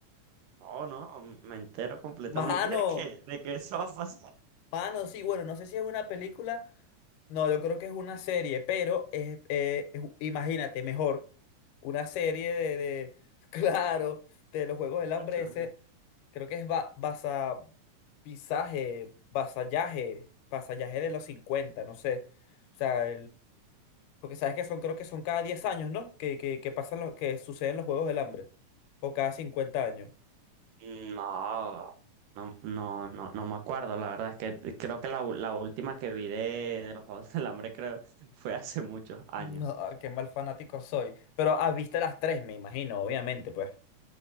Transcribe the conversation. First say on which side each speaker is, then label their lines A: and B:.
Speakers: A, on the right; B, on the left.
A: No, no, me entero completamente
B: Mano,
A: de que, de que eso va a pasar.
B: mano, sí, bueno, no sé si es una película, no, yo creo que es una serie, pero es, eh, es imagínate, mejor, una serie de, de- <laughs> claro, de los Juegos del
A: Mucho.
B: Hambre, ese, creo que es ba basa, pisaje, vasallaje, vasallaje de los 50 no sé, o sea, Porque sabes que son, creo que son cada 10 años, ¿no? Que, que, que pasan lo, que suceden los Juegos del Hambre. O cada cincuenta años.
A: No, no, no, no, no me acuerdo. La verdad es que eh, creo que la, u- la última que vi de, de los Juegos del Hambre creo <laughs> fue hace muchos años.
B: No, qué mal fanático soy. Pero ah, viste las tres, me imagino, obviamente, pues.